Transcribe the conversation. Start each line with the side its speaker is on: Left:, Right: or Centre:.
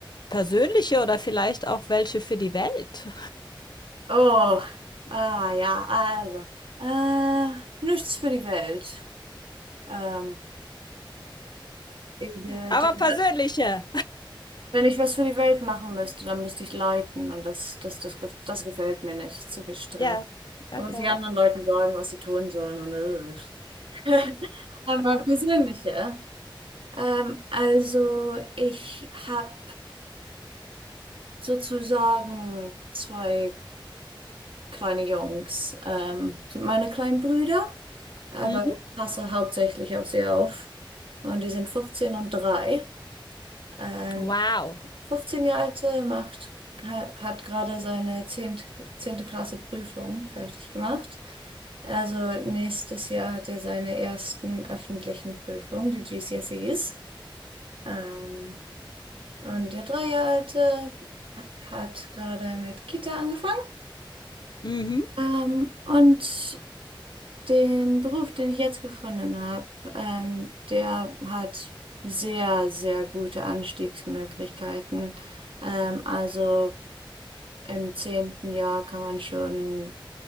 Left: Persönliche oder vielleicht auch welche für die Welt.
Right: Oh, ah ja, also, äh, nichts für die Welt. Ähm, ich, äh,
Left: <laughs> Aber
Right: d- d-
Left: persönliche.
Right: wenn ich was für die Welt machen müsste, dann müsste ich leiten und das, das, das, gef- das gefällt mir nicht. Zu viel Stress.
Left: Ja, okay.
Right: Da muss ich anderen Leuten sagen, was sie tun sollen und äh. <laughs> Aber persönliche. Ähm, also, ich habe sozusagen zwei kleine Jungs, ähm, sind meine kleinen Brüder. aber
Left: Mhm.
Right: ich passe hauptsächlich auf sie auf. Und die sind 15 und drei Ähm,
Left: Wow.
Right: 15 Jahre alte macht, ha- hat gerade seine zehnte zehnte Klasse Prüfung fertig gemacht. Also nächstes Jahr hat er seine ersten öffentlichen Prüfungen, die GCSEs. Ähm, und der drei Jahre alte hat gerade mit Kita angefangen.
Left: Mhm.
Right: Ähm, und Den Beruf, den ich jetzt gefunden habe, ähm, der hat sehr, sehr gute Anstiegsmöglichkeiten. Ähm, also im zehnten Jahr kann man schon